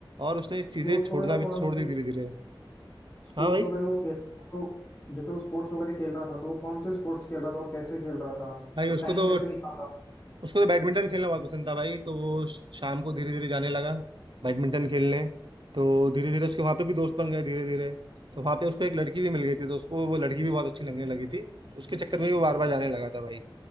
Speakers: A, on the right; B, on the left.
A: और उसने चीजें
B: स्पोर्ट्स
A: छोड़ना
B: वगैरह वो
A: भी
B: कौन
A: छोड़ दी
B: से
A: धीरे धीरे
B: स्पोर्ट्स
A: हाँ भाई
B: वगैरह वो खेल तो जैसे वो स्पोर्ट्स वगैरह खेल रहा था तो वो कौन से स्पोर्ट्स खेल रहा था और कैसे खेल रहा था
A: भाई
B: तो
A: उसको
B: टाइम
A: तो
B: कैसे निकाल रहा
A: उसको तो बैडमिंटन खेलना बहुत पसंद था भाई तो वो श- शाम को धीरे धीरे जाने लगा बैडमिंटन खेलने तो धीरे धीरे उसके वहाँ पे भी दोस्त बन गए धीरे धीरे तो वहाँ पे उसको एक लड़की भी मिल गई थी तो उसको वो लड़की भी बहुत अच्छी लगने लगी थी उसके चक्कर में भी वो बार बार जाने लगा था भाई